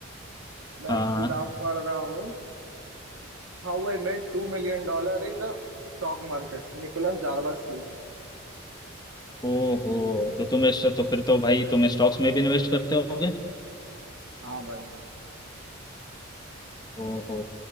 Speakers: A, on the right (about 80°); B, on the left (about 20°).
A: मैं
B: हाँ
A: एक किताब पढ़ रहा हूँ How I made टू million डॉलर in the Stock Market Nicolas Darvas की
B: ओहो तो तुम इस तो फिर तो भाई तुम स्टॉक्स में भी इन्वेस्ट करते होगे
A: हाँ भाई हाँ
B: ओहो